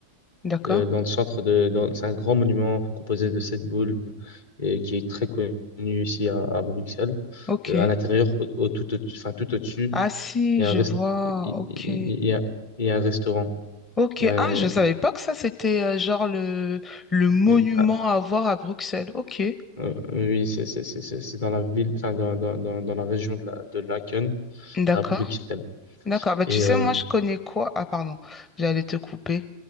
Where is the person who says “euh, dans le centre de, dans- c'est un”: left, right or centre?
Left